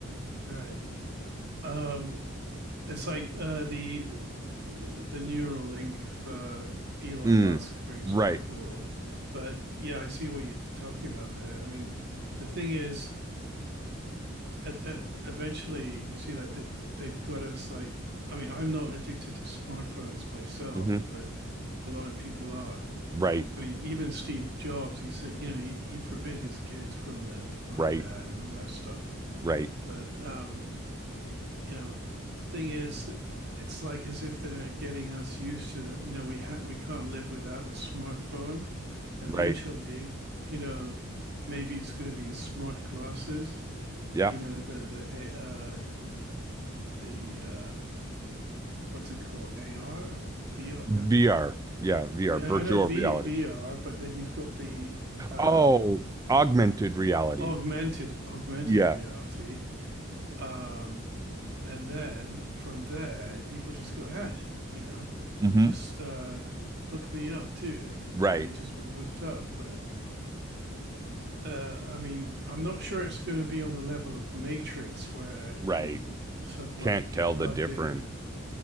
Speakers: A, on the right (about 50°); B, on the right (about 15°).
A: right. Um, it's like uh, the the neural link for Elon
B: Mm,
A: Musk, for example.
B: right.
A: Or, but yeah, I see what you're talking about there. I mean, the thing is. <clears throat> Ed- uh, eventually, you see, like they, they've got us like, I mean, I'm not addicted to smartphones myself,
B: hmm
A: but a lot of people are.
B: Right.
A: I mean, even Steve Jobs, he said, you know, he he forbid his kids from the iPad
B: Right.
A: and all that stuff.
B: Right.
A: But um, you know, thing is, that it's like as if they're getting us used to that. You know, we ha we can't live without the smartphone. Eventually,
B: Right.
A: you know, maybe it's going to be smart glasses
B: Yeah.
A: you know the the uh, the uh, what's it called AR or VR?
B: VR.
A: No,
B: Yeah, VR,
A: I
B: virtual
A: know v,
B: reality.
A: VR, but then you've got the um,
B: Oh, augmented reality.
A: augmented augmented
B: Yeah.
A: reality, um, and then from there people just go ahead, you know,
B: hmm
A: just uh, hook me up too, and
B: Right,
A: and you just be hooked up. But uh, I mean, I'm not sure it's going to be on the level of Matrix where
B: right.
A: you sort of like
B: Can't
A: get
B: tell
A: plugged
B: the difference.
A: in